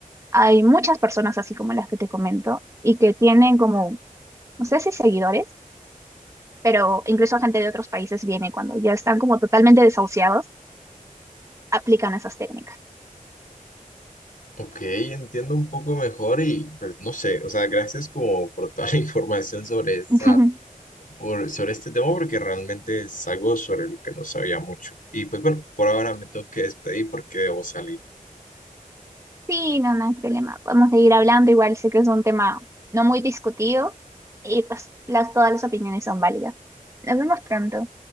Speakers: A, on the right; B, on the left.
A: hay muchas personas así como las que te comento y que tienen como, no sé si seguidores, pero incluso gente de otros países viene cuando ya están como totalmente desahuciados, aplican esas técnicas.
B: Ok, entiendo un poco mejor y pues no sé, o sea, gracias como por toda la <laughs> información sobre esta,
A: <laughs>
B: por, sobre este tema porque realmente es algo sobre lo que no sabía mucho. Y pues bueno, por ahora me tengo que despedir porque debo salir.
A: Sí, no, no hay problema. Podemos seguir hablando. Igual sé que es un tema no muy discutido y pues las, todas las opiniones son válidas. Nos vemos pronto.